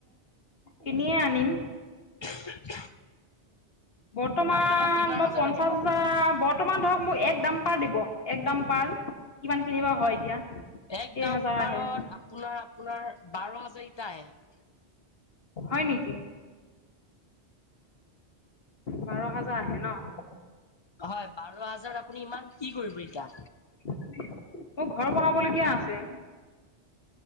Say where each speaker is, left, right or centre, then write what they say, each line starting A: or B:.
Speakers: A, on the left (about 60°); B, on the left (about 35°).
A: কিনিয়ে আনিম।
B: <unintelligible>
A: বৰ্তমান
B: আপোনালোকক কিমান
A: মই
B: হাজাৰ
A: পঞ্চাশ
B: লাগে কওক
A: হাজাৰ বত- বৰ্তমান ধৰক মোক এক দাম পাৰ দিব, এক দাম পাৰ কিমান খিনি বা হয় এতিয়া।
B: এক
A: কেইহাজাৰ
B: দাম
A: আহে
B: পাৰত আপোনাৰ আপোনাৰ বাৰ হাজাৰ ইটা আহে।
A: হয় নেকি? বাৰ হাজাৰ আহে ন।
B: হয় বাৰ হাজাৰ আপুনি ইমান কি কৰিব ইটা?
A: মোৰ ঘৰ বনাব লগীয়া আছে।